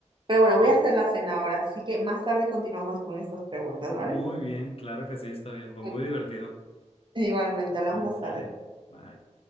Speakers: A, on the right; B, on the left.
A: Pero bueno, voy
B: pues
A: a hacer la cena ahora, así que más tarde continuamos con estas preguntas,
B: muy
A: ¿vale?
B: bien, claro que sí, está bien, fue
A: Ok,
B: muy divertido.
A: Igualmente, hablamos
B: Mm,
A: más
B: Sale,
A: tarde.
B: bye.